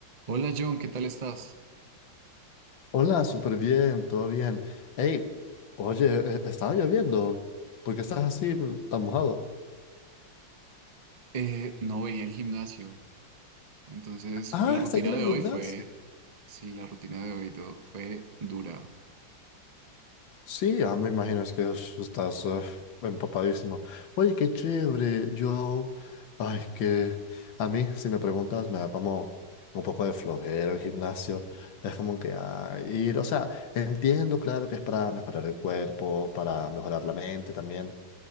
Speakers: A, on the right; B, on the left.
A: Hola John, ¿qué tal estás?
B: Hola, súper bien, todo bien. Hey, oye, e- estaba lloviendo. ¿Por qué estás así mm, tan mojado?
A: Eh, no venía al gimnasio, entonces
B: Ah,
A: la rutina
B: estás yendo
A: de
B: al gimnasio.
A: hoy fue, sí, la rutina de hoy do- fue dura.
B: Sí, ah, me imagino es que es- estás eh, empapadísimo. Oye, qué chévere. Yo, ay, que a mí, si me preguntas, me da como un poco de flojera el gimnasio. Es como que ah, ir, o sea, entiendo, claro, que es para mejorar el cuerpo, para mejorar la mente también